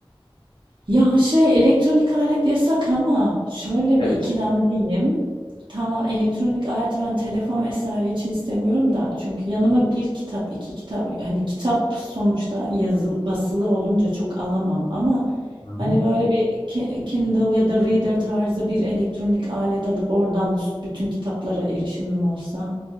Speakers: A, on the right; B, on the left.
A: Ya şey elektronik alet yasak ama şöyle
B: Evet.
A: bir ikilemdeyim. Tamam elektronik aleti ben telefon vesaire için istemiyorum da çünkü yanıma bir kitap iki kitap hani kitap sonuçta yazılı basılı olunca çok alamam ama
B: Hı hı.
A: hani böyle bir Ki- Kindle ya da Reader tarzı bir elektronik alet alıp oradan bütün kitaplara erişimim olsa